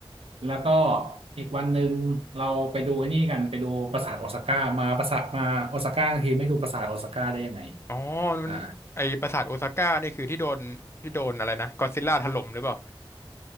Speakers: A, on the right; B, on the left.
A: แล้วก็อีกวันหนึ่งเราไปดูไอ้นี่กันไปดูปราสาทโอซาก้ามาปราสาทมาโอซาก้าทีไม่ดูปราสาทโอซาก้าได้ยังไง
B: อ๋อมันไอปราสาทโอซาก้านี่คือที่โดนที่โดนอะไรนะก็อดซิลล่าถล่มหรือเปล่า
A: อ่า